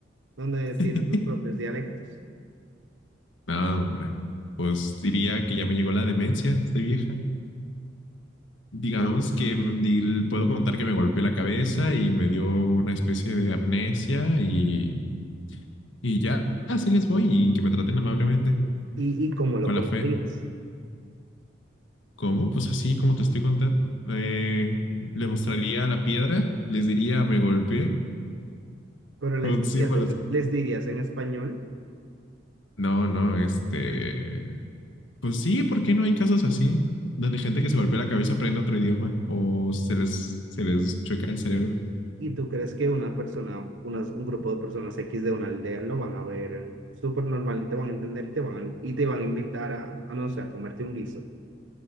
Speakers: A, on the right; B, on the left.
A: donde tienen
B: <laughs>
A: sus propios dialectos.
B: No, hombre. Pues diría que ya me llegó la demencia, estoy vieja. digamos que di- puedo contar que me golpeé la cabeza y me dio una especie de amnesia y, y ya, así les voy y que me traten amablemente,
A: ¿Y, y cómo lo
B: con
A: contarías?
B: la fe. ¿Cómo? Pues así como te estoy contando. Eh, le mostraría la piedra, les diría me golpeé
A: Pero les
B: con
A: dirías,
B: símbolos.
A: en, les dirías en español
B: No, no, este... Pues sí, ¿por qué no hay casos así? Donde gente que se golpea la cabeza aprende otro idioma o se les, se les chueca el cerebro.
A: y tú crees que una persona, unas, un grupo de personas X de una aldea lo van a ver súper normal y te van a entender y te van a, y te van a invitar a, a, no sé, a comerte un guiso.